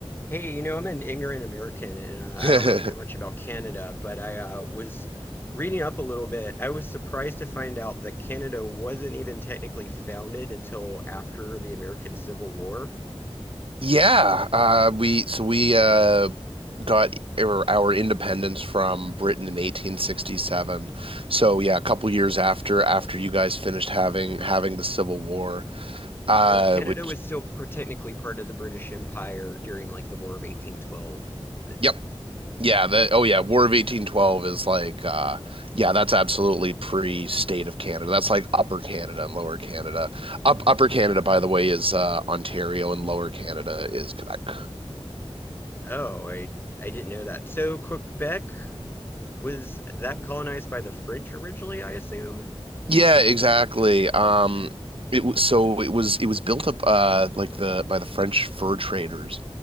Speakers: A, on the left; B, on the right.
A: Hey, you know, I'm an ignorant American and uh,
B: <laughs>
A: I don't really know much about Canada, but I uh, was reading up a little bit. I was surprised to find out that Canada wasn't even technically founded until after the American Civil War.
B: Yeah, uh, we so we uh, got our, our independence from Britain in 1867. So yeah, a couple years after after you guys finished having having the Civil War, uh,
A: So Canada
B: which
A: was still per- technically part of the British Empire during like the War of 1812 then.
B: yep, yeah, the
A: Yeah.
B: oh yeah, War of 1812 is like uh, yeah, that's absolutely pre-state of Canada. That's like Upper Canada and Lower Canada. Up Upper Canada, by the way, is uh, Ontario, and Lower Canada is Quebec.
A: Oh, I I didn't know that. So Quebec was that colonized by the French originally, I assume?
B: Yeah, exactly. Um, it was so it was it was built up uh like the by the French fur traders,